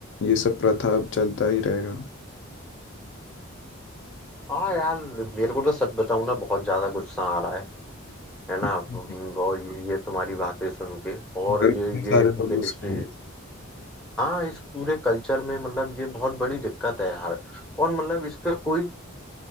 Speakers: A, on the left (about 60°); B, in the centre.
A: ये सब प्रथा अब चलता ही रहेगा
B: हाँ यार मेरे को तो सच बताऊं ना बहुत ज्यादा गुस्सा आ रहा है है ना
A: हम्म।
B: हम्म, और ये ये तुम्हारी बातें सुन के और
A: घर
B: ये
A: में सारे
B: ये पूरे
A: लोग घुसते
B: इस, इस-
A: हैं
B: हाँ इस पूरे कल्चर में मतलब ये बहुत बड़ी दिक्कत है यार और मतलब इस पे कोई